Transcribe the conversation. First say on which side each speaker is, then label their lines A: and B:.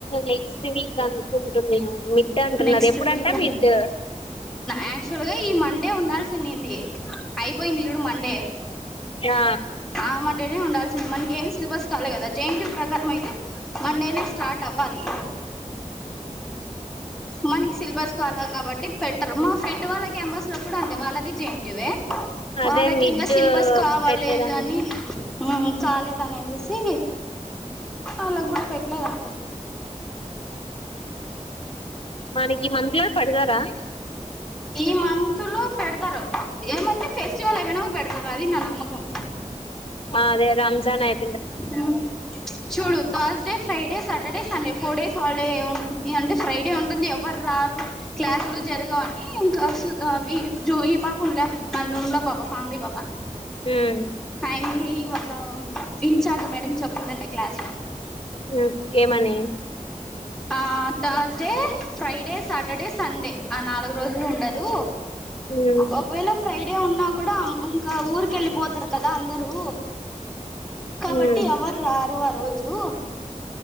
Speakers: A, on the left (about 45°); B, in the centre.
A: నెక్స్ట్ వీక్ అనుకుంటున్నా మిడ్ అంటున్నారు
B: నెక్స్ట్
A: ఎప్పుడంట
B: వీక్
A: మిడ్
B: ఆక్చువల్గా ఈ మ అంటే ఉండాల్సిందిండి అయిపోయిందిడు మండే
A: ఆ
B: ఆ మండే ఉండాల్సింది మనకి ఏం సిలబస్ కాలే కదా జె ప్రకారం అయితే మన్ డేనే స్టార్ట్ అవ వాలి మనకి సిలబస్ కావాలా కాబట్టి బెటర్ మా ఫ్రెండ్ వాళ్ళ కెంబస్ లో కూడా అంతే వాళ్ళది జంటివే
A: అదే
B: వాళ్ళకి
A: మిడ్
B: ఇంకా సిలబస్ కావాలిదని
A: పెట్టేదాన్ని
B: ఉ కాలేద అనేసేసి అలాగ గుడు పెట్ ఎట్లా సద్ద
A: మనకి మమలారు పడతారా
B: ఈ మంతులు పెడతారు ఏమంత సివాల వినవు పో పెడుతార అదది నా నమ్మకం
A: అదే రంజాన్ ఆయి
B: ఆ చూడు తర్స్ డే ఫ్రై Friday Saturday Sunday four days holiday ఉంటుంది అంటే ఫ్రైడే ఉంటుంది ఎవరు రారు క్లాసులు జరగ అని ఇంకా జో ఈ పాప ఉందా అ రుమ్లో పబ ఫ్యామిలీ పబా
A: ఉమ్
B: ఫైమి వాళ్ల ఇన్ఛార్జ్ మేడం చెప్పందంట క్లాస్ లో
A: ఉమ్ ఏమని
B: ఆ థర్స్డే ఫ్రైడే సాటర్డే సండే ఆ నాలుగు రోజులు ఉండదు
A: ఉమ్
B: ఒకవేళ ఫ్రైడే ఉన్నా కూడా కా ఊరికి పోతురు కదా అందరు కబడ్డీ
A: ఉమ్
B: అవరు ఆరువ రజ హలో